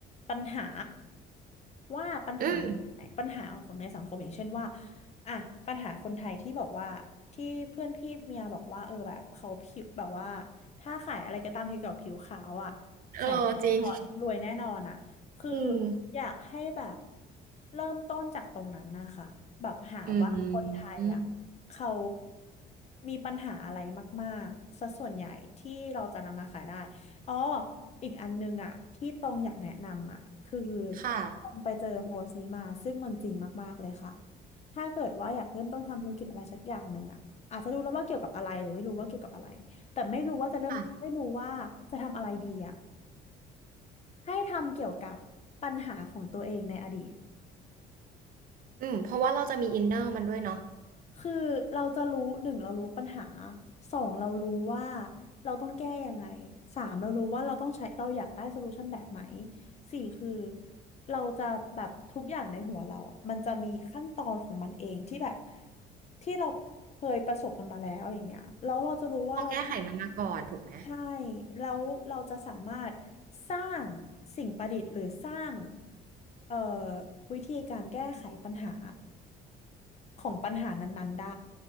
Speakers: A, on the left; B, on the right.
A: ปัญหาว่าปัญหาอยู่ตรงไหนปัญหาของในสังคมอย่างเช่นว่า
B: อืม
A: อ่ะปัญหาคนไทยที่บอกว่าที่เพื่อนพี่เมียบอกว่าเออแบบเขาผิวแบบว่าถ้าขายอะไรก็ตามเกี่ยวกับผิวขาวอ่ะขายแน่นอนรวยแน่นอนอ่ะ
B: เออจริง
A: คือ
B: อืม
A: อยากให้แบบเริ่มต้นจากตรงนั้นนะคะแบบหาว่าคนไทยอ่ะ
B: อืม
A: เขามีปัญหาอะไรมากๆซะส่วนใหญ่ที่เราจะนำมาขายได้อ๋ออีกอันนึงอ่ะที่ตรงอยากแนะนำอ่ะคือ
B: ค่ะ
A: ตรงไปเจอโพสต์นี้มาซึ่งมันจริงมากๆเลยค่ะถ้าเกิดว่าอยากเริ่มต้นทำธุรกิจอะไรสักอย่างหนึ่งอ่ะอาจจะรู้แล้วว่าเกี่ยวกับอะไรหรือไม่รู้ว่าเกี่ยวกับอะไรแต่ไม่รู้ว่าจะเริ่มไม่รู้ว่าจะทำอะไรดีอ่ะ
B: ค่ะ
A: ให้ทำเกี่ยวกับปัญหาของตัวเองในอดีต
B: อืมเพราะว่าเราจะมีอินเนอร์มันด้วยเนาะ
A: คือเราจะรู้หนึ่งเรารู้ปัญหาสองเรารู้ว่าเราต้องแก้ยังไงสามเรารู้ว่าเราต้องใช้เราอยากได้โซลูชันแบบไหนสี่คือเราจะแบบทุกอย่างในหัวเราอ่ะมันจะมีขั้นตอนของมันเองที่แบบที่เราเคยประสบมันมาแล้วอย่างเงี้ยแล้วเราจะรู้ว่าเราต้อง
B: เราแก้ไขมันมาก่อนถูกไหม
A: ใช่แล้วเราจะสามารถสร้างสิ่งประดิษฐ์หรือสร้างเอ่อวิธีการแก้ไขปัญหาของปัญหานั้นๆได้